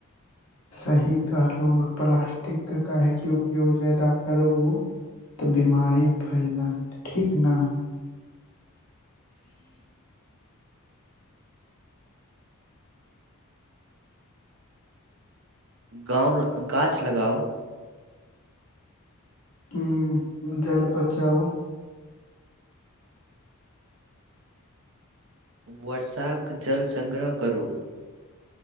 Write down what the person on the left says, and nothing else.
सही कहलुह प्लास्टिक के काहेकी उपयोग जादा करबु तऽ बिमारी फैलत ठीक ने
उंम्म जल बचाउ